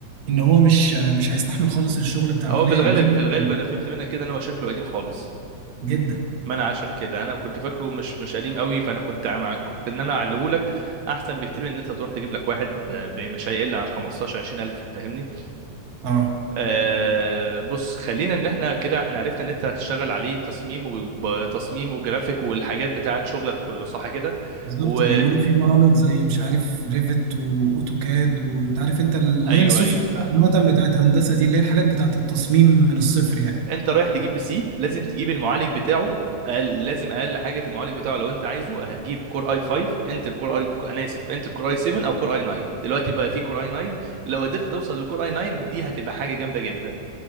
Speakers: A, on the right; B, on the right.
A: ان هو مش مش هيستحمل خالص الشغل بتاع
B: هو
A: الكليه
B: في الغالب
A: مهما
B: في الغالب
A: كان.
B: انا فهمت منك كده ان هو شكله قديم خالص
A: جدا
B: ما انا عشان كده انا كنت فاكره مش مش قديم قوي فانا كنت معاك كنت ان انا اعليه لك احسن بكتير من ان انت تروح تجيب لك واحد آه، ب- مش هيقل عن 15 20 الف فاهمني
A: اه
B: آه بص خلينا ان احنا كده احنا عرفنا ان انت هتشتغل عليه تصميم وتصميم وجرافيك والحاجات بتاعه شغلك كله صح كده
A: بالظبط
B: و
A: بيقولوا في برامج زي مش عارف ريفت واوتوكاد وانت عارف انت اللي
B: ايوه
A: هي السوفت
B: ايوه فاهمك
A: عامه
B: فاهمك
A: بتاعت هندسه دي اللي هي الحاجات بتاعت التصميم من الصفر يعني
B: انت رايح تجيب بي سي لازم تجيب المعالج بتاعه أقل لازم اقل حاجه في المعالج بتاعه لو انت عايزه هتجيب كور اي 5 انتل كور اي انا اسف انتل كور اي 7 او كور اي 9 دلوقتي بقى في كور اي 9 لو قدرت توصل للكور اي 9 دي هتبقى حاجه جامده جدا